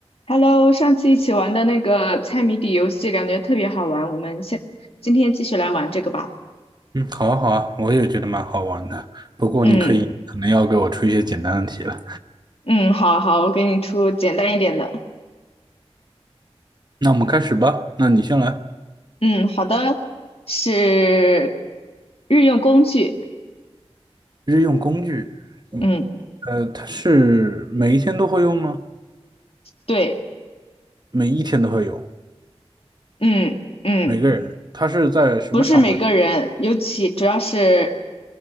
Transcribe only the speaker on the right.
嗯，好啊，好啊，我也觉得蛮好玩的。不过你可以可能要给我出一些简单的题了。
那我们开始吧。那你先来。
日用工具，嗯，
呃，它是每一天都会用吗？
每一天都会用，
每个人。它是在什么场合？